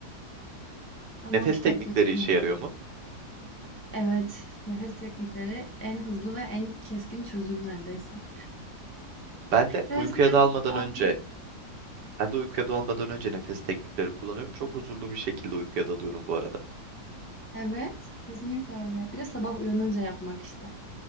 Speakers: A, on the left; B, on the right.
A: Ama
B: Nefes
A: o kitaptaki
B: teknikleri
A: gibi.
B: işe yarıyor mu?
A: Evet, nefes teknikleri en hızlı ve en keskin çözüm neredeyse.
B: Ben de
A: Resmen
B: uykuya dalmadan
A: aldım.
B: önce Ben de uykuya dalmadan önce nefes teknikleri kullanıyorum. Çok huzurlu bir şekilde uykuya dalıyorum bu arada.
A: Evet, kesinlikle öyle. Bir de sabah uyanınca yapmak işte.